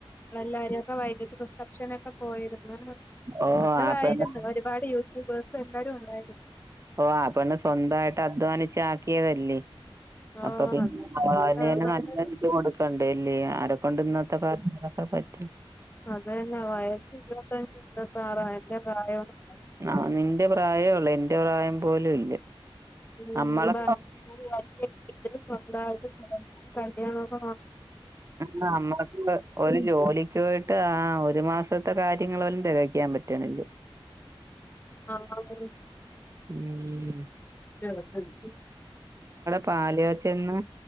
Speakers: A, on the left; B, on the right.
A: എല്ലാരും ഒക്കെ വൈകിട്ട് റിസപ്ഷനൊക്കെ പോയിന്ന്
B: ഓഹ്
A: നല്ലതായിരുന്നു
B: ആപ്പന്നെ
A: ഒരുപാട് യൂട്യൂബേഴ്സ് എല്ലരും ഉണ്ടായിരുന്നു
B: ഓ അപ്പണ് സ്വന്തമായിട്ട് അധ്വാനിച്ചക്കിയതല്ലേ
A: ആഹ്
B: അപ്പൊ പിന്നെ
A: അതെ അതുകൊണ്ട് അത് നല്ലൊരു
B: നല്ല ഇത് കൊടുക്കണ്ടല്ലേ ആരെക്കൊണ്ട് ഇന്നത്തെ കാര്യങ്ങളൊക്കെ പറ്റും
A: അതന്നെ വയസ്സ് ഇരുപത്തഞ്ച് ഇരുപത്തി ആറ്അൻന്റെ പ്രായവുംള്ള
B: ആഹ് നിന്റെ പ്രായേ എന്റെ പ്രായം പോലും ഇല്ല
A: <unintelligible>
B: നമ്മളെ
A: സ്വന്തമായിട്ട് കല്യാണം <unintelligible>
B: നമ്മക്ക് ഒരു ജോലിക്ക്പോയിട്ട്ആ ഒരു മാസത്തെ കാര്യങ്ങള് പോലും തികയ്ക്കാൻ പറ്റണില്ല
A: ആഹ് <unintelligible>
B: ഉം
A: <unintelligible>
B: പാലാച്ചന്ന്